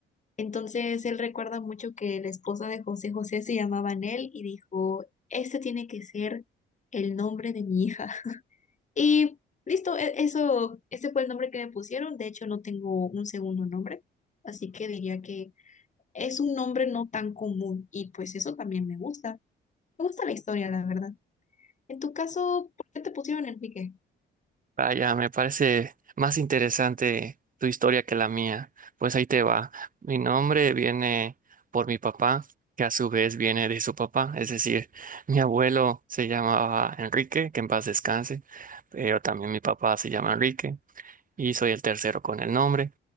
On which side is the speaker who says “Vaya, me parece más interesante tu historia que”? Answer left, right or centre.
Right